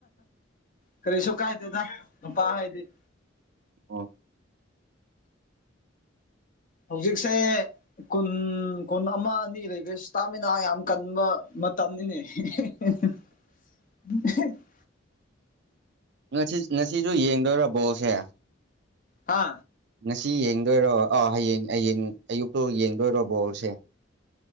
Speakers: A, on the left; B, on the right.
A: ꯀꯔꯤꯁꯨ ꯀꯥꯏꯗꯦꯗ ꯅꯨꯄꯥ ꯍꯥꯏꯗꯤ
B: ꯑꯝ
A: ꯍꯧꯖꯤꯛꯁꯦ ꯀꯨꯟ ꯀꯨꯟ ꯑꯃ ꯑꯅꯤ ꯂꯩꯕ ꯏꯁꯇꯥꯃꯤꯅꯥ ꯌꯥꯝ ꯀꯟꯕ ꯃꯇꯝꯅꯤꯅꯦ <unintelligible>
B: ꯉꯁꯤ ꯉꯁꯤꯁꯨ ꯌꯦꯡꯗꯣꯏꯔꯥ ꯕꯣꯜꯁꯦ
A: ꯍꯥ
B: ꯉꯁꯤ ꯌꯦꯡꯗꯣꯏꯔꯣ ꯑꯥ ꯍꯌꯦꯡ ꯍꯌꯦꯡ ꯑꯌꯨꯛꯇꯨ ꯌꯦꯡꯗꯣꯏꯔꯣ ꯕꯣꯣꯔꯁꯦ